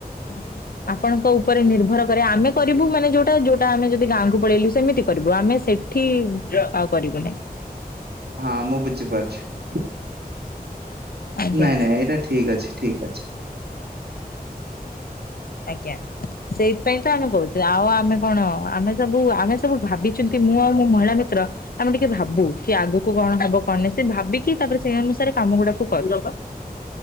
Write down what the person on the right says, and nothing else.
ହଁ ମୁଁ ବୁଝିପାରୁଛୁ।
ନାଇଁ ନାଇଁ ଏଇଟା ଠିକ୍ ଅଛି ଠିକ୍।